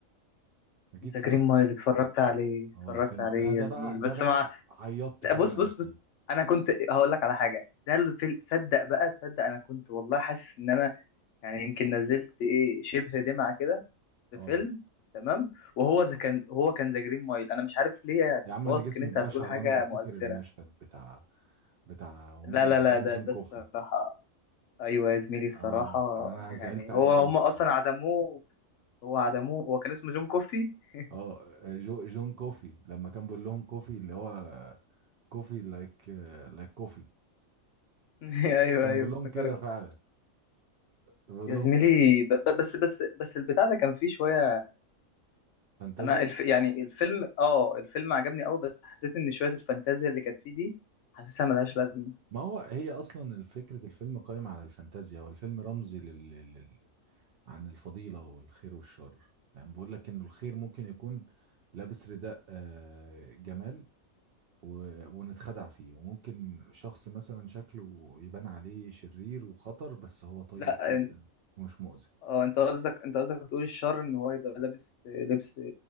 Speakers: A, on the right; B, on the left.
A: اكيد
B: ذا
A: اتفرجت
B: جرين مايل اتفرجت عليه اتفرجت
A: هو الفيلم
B: عليه
A: انا ده
B: يا زميلي
A: بقى ده
B: بس
A: بقى
B: مع
A: عيطت
B: لا
A: فعلا
B: بص بص
A: فيه
B: بص انا كنت هقول لك على حاجه ده الفيلم صدق بقى تصدق انا كنت والله حاسس ان انا يعني يمكن نزلت ايه شبه دمعه كده في
A: اه
B: فيلم تمام وهو ذا كان هو كان ذا جرين مايل انا مش عارف ليه كنت
A: يا عم
B: واثق
A: انا جسمي
B: ان انت
A: بيقشعر
B: هتقول حاجه
A: وانا بفتكر
B: مؤثره
A: المشهد بتاع بتاع وهما
B: لا
A: بيقدموا
B: لا لا ده
A: جون
B: ده
A: كوفي
B: الصراحه ايوه يا زميلي الصراحه
A: اه انا
B: يعني
A: زعلت عليه
B: هو
A: قوي
B: هم
A: بصراحه
B: اصلا عدموه هو عدموه هو كان اسمه جون كوفي <laughs>
A: اه جو جون كوفي لما كان بيقول لهم كوفي اللي هو كوفي لايك لايك كوفي
B: ايوه
A: كان
B: ايوه
A: بيقول لهم
B: افتكرت
A: كده فعلا بيقول
B: يا
A: لهم
B: زميلي
A: أنا اسمي
B: ب- ب- بس بس بس البتاع ده كان فيه شوية
A: فانتازيا
B: انا الف يعني الفيلم اه الفيلم عجبني قوي بس حسيت ان شوية الفانتازيا اللي كانت فيه دي حاسسها ملهاش لازمة
A: ما هو هي اصلا فكره الفيلم قائمه على الفانتازيا والفيلم رمزي لل... لل... عن الفضيله والخير والشر يعني بيقول لك انه الخير ممكن يكون لابس رداء آه، جمال و... ونتخدع فيه وممكن شخص مثلا شكله يبان عليه شرير وخطر بس هو طيب
B: لا
A: جدا
B: إن-
A: ومش مؤذي
B: اه انت قصدك انت قصدك تقول الشر ان هو يبقى لابس لبس